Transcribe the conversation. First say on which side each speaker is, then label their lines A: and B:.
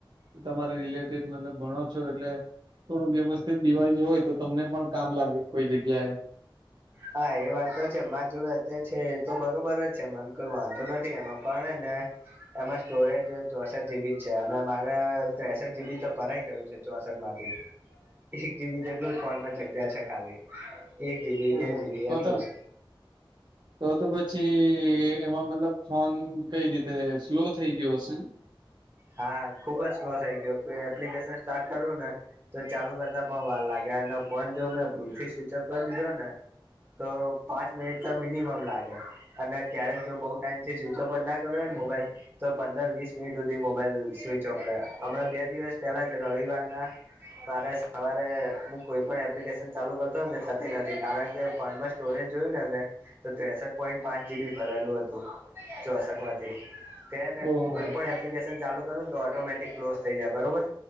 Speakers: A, on the right; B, on the right.
A: તમારે રિલેટેડ મતલબ ભણો છો એટલે થોડું વ્યવ દિવાઈસ હોય તો તમને પણ કામ લાગે કોઈ જગ્યાએ
B: હા એ વાત તો છે મારા જોડે અત્યારે છે એ તો બરોબર જ છે મને કોઈ વાંધો નથી એમાં પણ ને એમાં સ્ટોરેજ ચોસઠ જીબી જ છે અને મારે ત્રેસઠ જીબી તો ભરાય ગયું છે ચોસ માંથી એક જી બી જેટલું જ ફોનમાં જગીયા છે ખાલી એક જી બી
A: ઓહોહો
B: બે જીબી
A: તો તો
B: એટલું જ
A: તો તો પછી એમાં મતલબ ફોન કઈ રીતે સ્લો થઈ ગીયો હશે ને
B: હા ખુબ જ સ્લો થઈ ગયયો એપ્લિકેશન સ્ટાર્ટ કરવું ને તો ચાલુ કરતા પણ વાર લાગે અને ફોન જો મેં ભૂલથી સ્વિચઅપ કરી દીધો ને તો પાંચ મિનિટ તો મિનિમમ લાગે અને ક્યારેક જો બોવ ટાઈમ થી સ્વિચ ઓપ ના કર્યોને મોબાઈલ તો પંદર વીસ મિનટ બે મોબાઈલ સ્વીચ ઓફ હમણાં બે દિવસ પેલા જ રવિવાર ના મારે સવારે હું કોઈ પણ એપ્લિકેશન ચાલુ કરતોને થતી નથી કારણ કે ફોન સ્ટોરેજ <unintelligible> તો ત્રેસઠ પોઈન્ટ પાંચ જી બી ભરેલું હતું ચોસઠ માંથી છે ને
A: ઓહો
B: કોઈ
A: હો!
B: પણ એપ્લિક ચાલું કરુંને તો ઓટોમેટિક ક્લોઝ થઈ જાય બરોબર